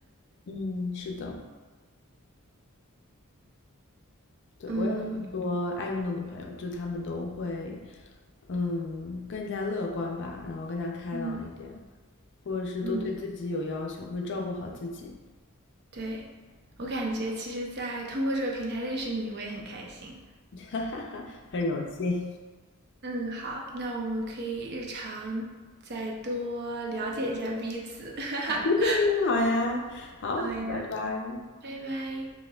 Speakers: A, on the left (about 55°); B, on the right (about 50°).
A: 嗯，是的，对，
B: 嗯
A: 我有很多爱运动的朋友，就他们都会，嗯，更加乐观吧，然后更加开朗一点。
B: 嗯
A: 或者是都对自己有要求，
B: 嗯，
A: 会照顾好自己，
B: 对，我感觉其实，在通过这个平台认识你，我也很开心。
A: <laughs> 哈哈哈，很荣幸。
B: 嗯，好，那我们可以日常再多了解一下彼此。<laughs>
A: <laughs> 好呀，好，
B: 好呀，
A: 拜拜。
B: 拜拜。